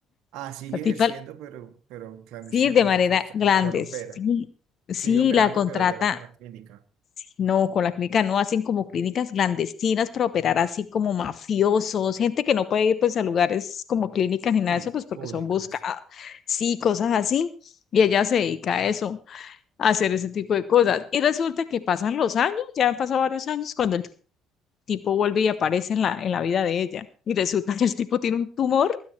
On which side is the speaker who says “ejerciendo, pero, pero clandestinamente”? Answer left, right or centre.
Right